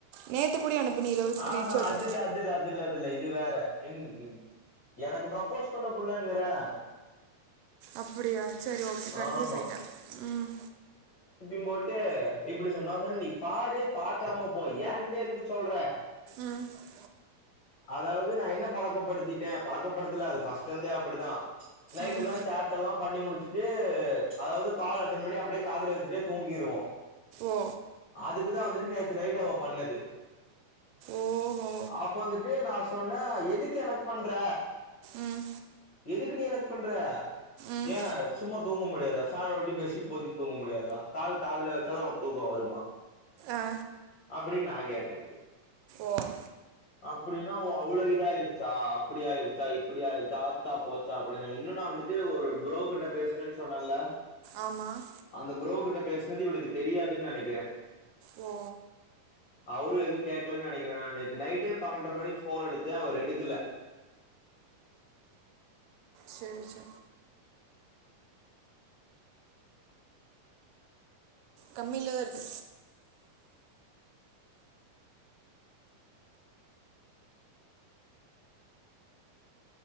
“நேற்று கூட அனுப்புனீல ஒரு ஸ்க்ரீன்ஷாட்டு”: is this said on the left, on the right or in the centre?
Right